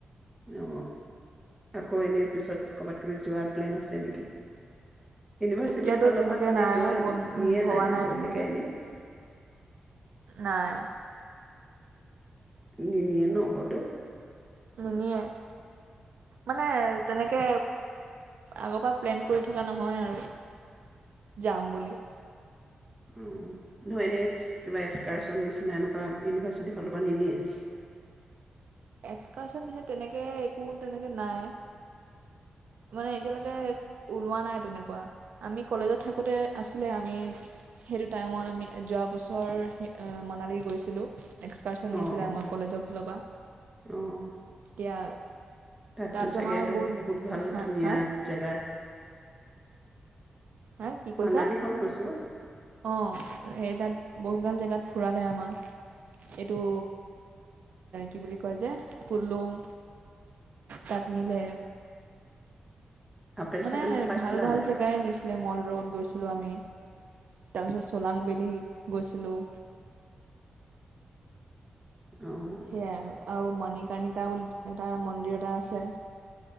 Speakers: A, in the centre; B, on the right.
A: অ আকৌ এনে পিছত কৰ'বাত-কিবিত যোৱাৰ প্লেন আছে নেকি? ইউনিভাৰ্চিটিৰ
B: এতিয়াতো
A: ফালৰ
B: তেনেকৈ
A: পৰা মানে
B: নাই
A: তোমাৰ
B: বন
A: নিয়ে
B: উম, ভবা
A: নাই সেইবোৰ
B: তেনেকৈ
A: এনেকে এনেই
B: নাই
A: নিনিয়ে ন কতো
B: নিনিয়ে মানে তেনেকে আগৰ পৰা প্লেন কৰি থকা নহয় আৰু যাম বুলি
A: অ নহয় এনে কিবা এক্সকাৰ্চন <inaudible> <inaudible> এনেকুৱা ইউনিভাৰ্চিটিৰ ফালৰ পৰা নিনিয়ে
B: এক্সকাৰ্চন সে তেনেকে একো তেনেকে নাই মানে এতিয়ালৈকে ওলোৱা নাই তেনেকুৱা আমি কলেজত থাকোতে আছিলে আমি সেইটো টাইমত আমি যোৱা বছৰ মনালী গৈছিলো এক্সকাৰ্চন নিছিলে
A: অ', অ',
B: আমাৰ কলেজৰ ফালৰ পৰা
A: অ',
B: তেতিয়া
A: তাততো
B: তাত
A: চাগেতো
B: আমাৰ
A: বহুত ভাল
B: হা
A: ধুনীয়া
B: হা
A: জেগা
B: হা কি কৈছা
A: মানালীখন কৈছোঁ
B: অ এই তাত বহুতগাল জেগাত ফুৰালে আমাক, এইটো কি বুলি কয় যে কুলুং তাত নিলে।
A: আপেল
B: মানে
A: চাপেল পাইছিলা
B: ভাল ভাল
A: নাই?
B: জেগাই নিছিলে মল ৰোদ গৈছিলো আমি তাৰ পিছত চলাঙবেদী গৈছিলো
A: অ',
B: সেয়া আৰু ম মণিকৰ্ণিকা বুলি এটা মন্দিৰ এটা আছে